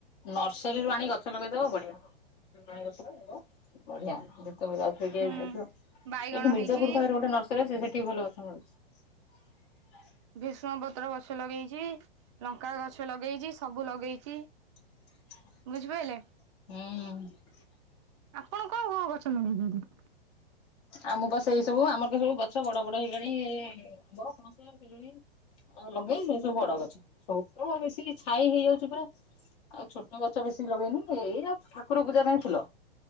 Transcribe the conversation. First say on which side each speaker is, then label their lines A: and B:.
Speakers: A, on the left (about 40°); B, on the right (about 30°).
A: ନର୍ସରୀରୁୁ ଆଣି ଗଛ ଲଗେଇଦବ ବଢିଆ। ବଢିଆ ତମେ ଯାଉଥିବ କିଏ
B: ହୁଁ
A: ଏଇଠୁ। ଏଇଠୁ
B: ବାଇଗଣ
A: ମିର୍ଜାପୁର
B: ହେଇଛି
A: ପାଖରେ ଗୋଟେ ନର୍ସରୀ ଅଛି ସେଠି ବି ଭଲ ଗଛ ମିଳୁଛି। <unintelligible>
B: ଭେରଶୁଙ୍ଗା ପତ୍ର ଗଛ ଲଗେଇଛି, ଲଙ୍କା ଗଛ ଲଗେଇଛି ସବୁ ଲଗେଇଛି।
A: ହୁଁ।
B: ବୁଝିପାରିଲେ ଆପଣ କଣ କଣ ଗଛ ଲଗେଇଛନ୍ତି?
A: ଆ ମୁଁ ପା ସେଇ ସବୁ ଆମର ତ ସବୁ ଗଛ ବଡ ବଡ ହେଇଗଲାଣି। ଆମ୍ୱ, ପଣସ, ପିଜୁଳି ଆଉ ଲଗେଇ ସବୁ ବଡ ଗଛ ଛୋଟ ବେଶୀ ଛାଇ ହେଇଯାଉଛି ପୁରା। ଆଉ ଛୋଟ ଗଛ ବେଶୀ ଲଗେଇନି ଯେ, ଏଇଆ ଠାକୁର ପୂଜା ପାଇଁ ଫୁଲ